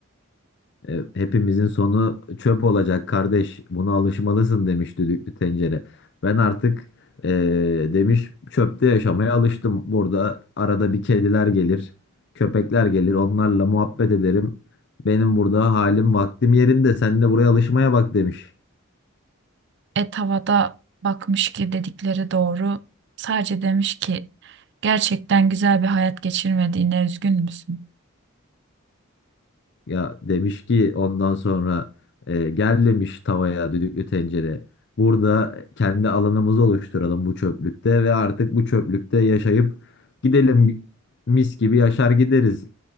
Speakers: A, on the left; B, on the right.
A: E, Hepimizin sonu çöp olacak kardeş. Buna alışmalısın demiş düdüklü tencere. Ben artık e, demiş çöpte yaşamaya alıştım. Burada arada bir kediler gelir, köpekler gelir. Onlarla muhabbet ederim. Benim burada halim vaktim yerinde. Sen de buraya alışmaya bak demiş.
B: Et havada bakmış ki dedikleri doğru. Sadece demiş ki gerçekten güzel bir hayat geçirmediğine üzgün müsün?
A: Ya demiş ki ondan sonra e, gel demiş tavaya düdüklü tencere. Burada kendi alanımızı oluşturalım bu çöplükte ve artık bu çöplükte yaşayıp gidelim mis gibi yaşar gideriz.